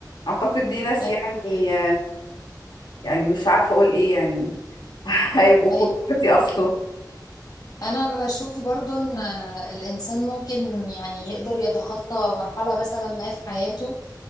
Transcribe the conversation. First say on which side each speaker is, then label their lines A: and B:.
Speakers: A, on the left; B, on the left.
A: اعتقد دي ناس
B: ايوه
A: يعني يعني مش عارفة اقول ايه يعني <laughs> هيبقوا
B: ايوه
A: كوكتي اصلا
B: انا بشوف برضو ان الانسان ممكن يعني يقدر يتخطى مرحلة مثلا ما في حياته